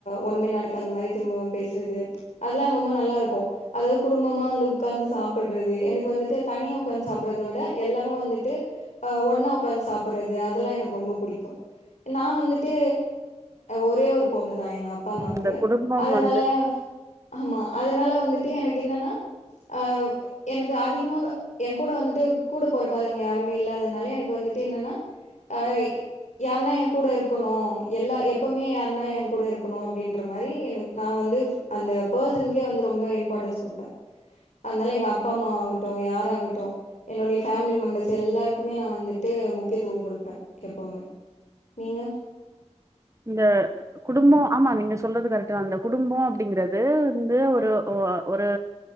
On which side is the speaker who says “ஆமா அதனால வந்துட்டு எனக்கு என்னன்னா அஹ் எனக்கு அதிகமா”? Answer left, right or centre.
Left